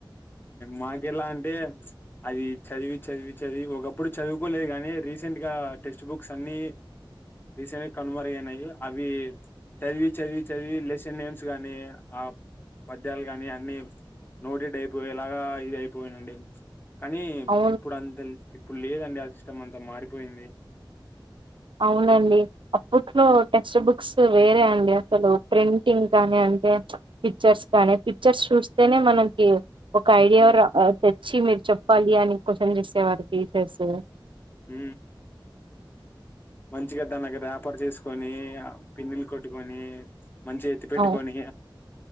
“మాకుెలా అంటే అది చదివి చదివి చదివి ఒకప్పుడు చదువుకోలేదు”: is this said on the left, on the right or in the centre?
Left